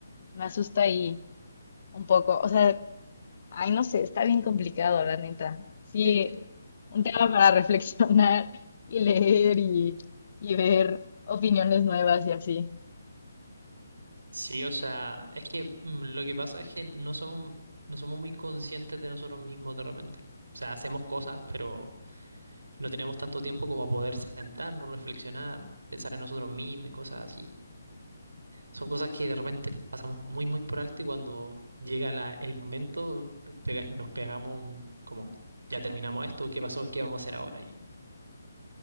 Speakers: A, on the left (about 45°); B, on the right (about 60°).
A: me asusta ahí un poco, o sea... Ay, no sé, está bien complicado, la neta. Sí,
B: <laughs>
A: un tema para <laughs> reflexionar y leer y, y ver opiniones nuevas y así.
B: Sí, o sea, es que mm, lo que pasa es que no somos, no somos muy conscientes de nosotros mismos de repente. O sea, hacemos cosas, pero no tenemos tanto tiempo como poder sentarnos, reflexionar, pensar en nosotros mismos y cosas así. Son cosas que de repente pasamos muy, muy por alto y cuando llega la- el momento, pega- nos pegamos un, como, ya terminamos esto, ¿qué pasó? ¿Qué vamos a hacer ahora?